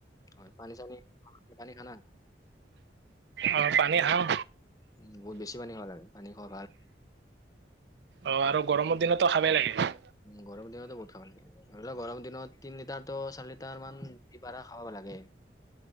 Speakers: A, on the left (about 20°); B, on the right (about 65°).
A: হয় পানী চানী পানী খানা
B: আ পানী আহ
A: উ বহুত বেছি পানী খা লাগে পানী খোৱা ভাল
B: অ আৰু গৰমৰ দিনতো খাবেই লাগে
A: উ গৰম দিনত বহত খাব লাগে ধৰি লওোৱা গৰম দিনত তিন লিটাৰ তো চাৰি লিটাৰ মান দি পাৰা খাব লাগে